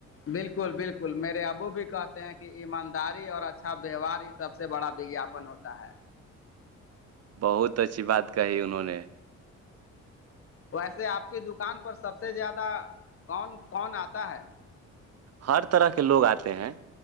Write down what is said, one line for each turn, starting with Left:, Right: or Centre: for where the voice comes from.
Left: بالکل بالکل میرے ابو بھی کہتے ہیں کہ ایمانداری اور اچھا ویوہار اس سب سے بڑا وگاپن ہوتا ہے
Right: بہت اچھی بات کہی انہوں نے
Left: ویسے آپ کی دکان پر سب سے زیادہ کون کون آتا ہے
Right: ہر طرح کے لوگ آتے ہیں